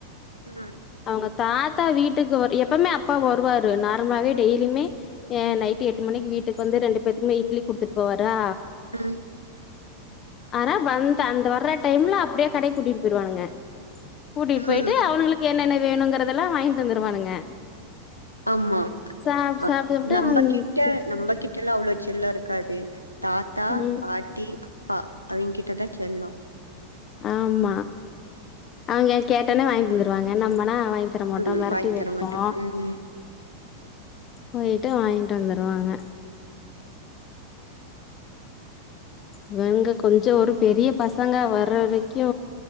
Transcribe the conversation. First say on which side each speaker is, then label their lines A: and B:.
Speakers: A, on the left (about 90°); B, on the left (about 30°).
A: ம்
B: அவுங்க தாத்தா வீட்டுக்கு வரு எப்பமே அப்பா வருவாரு நார்மலாவே டெய்லியுமே எ நைட்டு எட்டு மணிக்கி வி ட்டுக்கு வந்து ரெண்டு பேத்துக்குமே இட்லி குடுத்துட்டு போவாரா
A: ம்
B: ஆரா வந்த அந்த வர்ற டைம்ல அப்டியே கடைக்கு கூட்டிட்டு போய்டுவானுங்க கூட்டிட்டு போயிட்டு
A: ம்
B: அவனுங்களுக்கு என்னென்ன வேணுங்கறதெல்லா வாங்கிட்டு வந்துருவானுங்க
A: ஆமா
B: சாப்ட்டு
A: அ
B: சாப்ட்டு சாப்ட்டு
A: நம்ப
B: ம்
A: கிட்ட
B: சே
A: நம்ப கிட்டெல்லா அவ்ளோ செல்லோ இருக்காது தாத்தா
B: ம்
A: பாட்டி அப்பா அவுங் கிட்டதா செல்லோ
B: ஆமா அவுங்க கேட்டோனே வாங்கி தந்துருவாங்க நம்மனா வாங்தரமாட்டோ
A: ம்
B: மெரட்டி
A: வாங்கி
B: வெப்போ
A: தரமாட்டோ ம்
B: போயிட்டு வாங்கிட்டு வந்துருவாங்க இவங்க கொஞ்சோ ஒரு பெரிய பசங்கா வற வரைக்கு